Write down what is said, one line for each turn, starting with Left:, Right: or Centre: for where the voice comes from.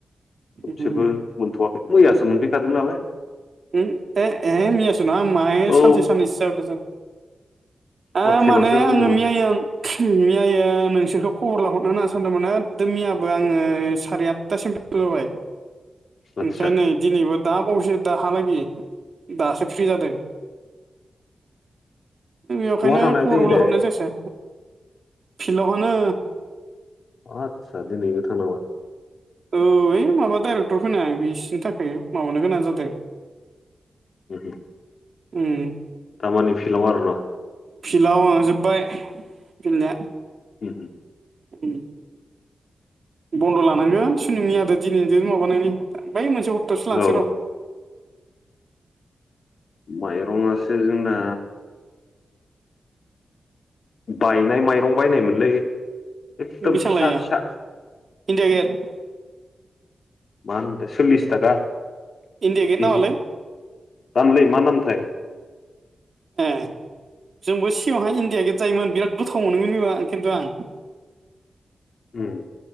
Left: थोबसेबो
Right: उम
Left: मोनथ'वाखै मैयासो मोनफैखादों नालाय
Right: ओम ए ए मैयासो <unintelligible> माहाय
Left: औ
Right: सानसे साननैसो जाबायथ' जों आं
Left: हटेलावसो
Right: माने आङो
Left: उन्दु मोनदों
Right: मैयायो मैयायो नोंसोरखौ खबर लाहरनो होनना सानदोंमोन एकदम मैयाबो आङो साराय आटथासिम गोबाबाय ओमफ्राय
Left: आदसा
Right: नै दिनैबो दा बावैसो दा हालागै दासो फ्रि जादों बेखायनो
Left: बहा थांनो नागिरदों
Right: खबरबो
Left: इलाय
Right: लाहरनाय जायासै फिल्डावहानो
Left: आतसा दिनैबो थांनांला
Right: औ ओइ माबा डाइरेक्टर फैना बिसिनि थाखाय माबानो गोनां जादों
Left: ओम ओम
Right: ओम
Left: दामानि फिल्डआव आरोना
Right: फिल्डआव ओ जोब्बाय गेलेनाया
Left: ओम ओम
Right: ओम बन्द' लानांगोन सुनि <unintelligible> दिनैजों माबानायनि बै मोनसे हप्तायावसो लानोसै
Left: औ
Right: र'।
Left: माइरङासो जोंना बायनाय माइरं बायनायमोनलै। एकदम
Right: बेसेबां
Left: फिसा
Right: लायआ
Left: फिसा
Right: इंडिया गेट
Left: मा होनदों सल्लिस थाखा केजि
Right: इण्डिया गेट नामालै
Left: दामलै मा नामथाय।
Right: एह जोंबो सिगाङावहाय इण्डिया गेट जायोमोन बिराद गोथाव मोनोमोन बेबा खिन्थु आं।
Left: ओम